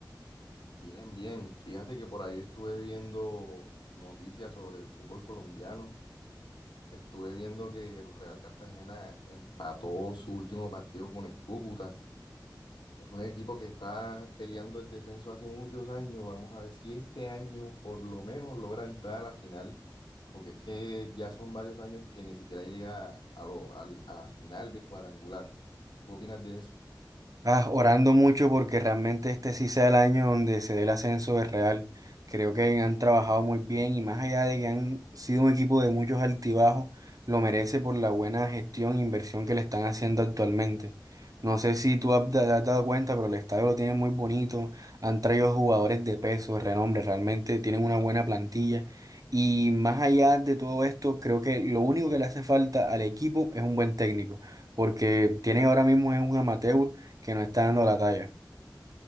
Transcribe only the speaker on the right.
Ah, orando mucho porque realmente este sí sea el año donde se dé el ascenso de Real. Creo que han trabajado muy bien y más allá de que han sido un equipo de muchos altibajos, lo merece por la buena gestión e inversión que le están haciendo actualmente. No sé si tú has- te has dado cuenta, pero el estadio lo tienen muy bonito. Han traído jugadores de peso, de renombre, realmente tienen una buena plantilla. Y más allá de todo esto, creo que lo único que le hace falta al equipo es un buen técnico, porque tiene ahora mismo es un amateur que no está dando la talla.